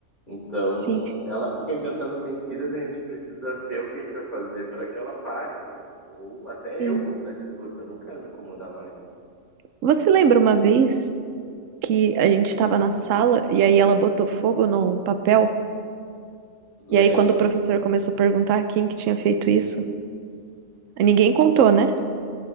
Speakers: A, on the left; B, on the right.
A: Então,
B: sim,
A: ela fica inventando mentiras e a gente precisa ver o que a gente vai fazer para que ela pare com isso. Ou até
B: sim.
A: eu vou mudar de turma, eu não quero me incomodar mais.
B: Você lembra uma vez que a gente estava na sala e aí ela botou fogo num papel? E aí
A: Lembro.
B: quando o professor começou a perguntar quem que tinha feito isso, ninguém contou, né?